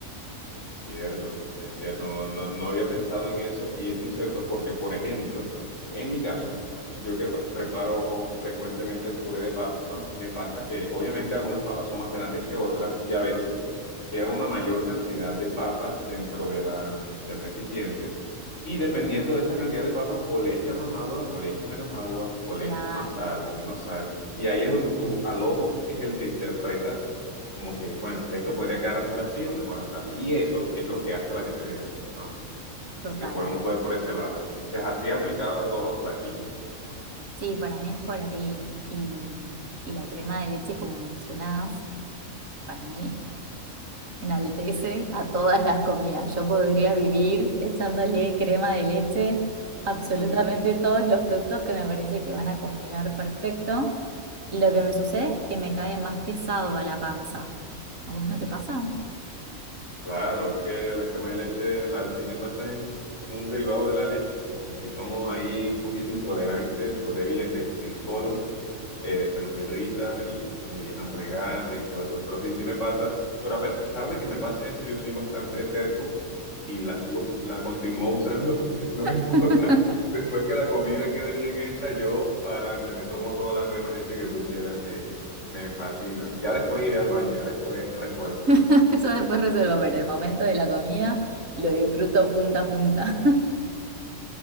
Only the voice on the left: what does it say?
Es cierto, es cierto, no, no, no había pensado en eso y es muy cierto porque, por ejemplo, en mi caso, yo que preparo frecuentemente el puré de papa, me pasa que obviamente algunas papas son más grandes que otras y a veces queda una mayor cantidad de papas dentro de la, del recipiente y dependiendo de esa cantidad de papas o le echas más agua o le echas menos agua o le
echas más sal o menos sal y ahí es donde tú al ojo es el que interpretas como que, bueno, esto podría quedar mejor así o mejor así. Y eso es lo que hace la diferencia, entonces,
si lo podemos ver por ese lado. Entonces, así aplicado a todos los platillos.
Ujú.
<laughs>
Claro, es que la crema de leche al fin de cuentas es un derivado de la leche y si somos ahí un poquito intolerantes o débiles de- del colon, eh, se nos irrita y nos llenamos de gases y todo eso. Pero sí, sí me pasa, pero a pesar de que me pase eso, yo soy bastante terco y la sigo, la continúo usando, <laughs> no me importa.
Después que la comida quede bien hecha, yo para adelante me tomo toda la crema de leche que tú quieras, que me fascina. Ya después iré al baño, ya después resuelvo.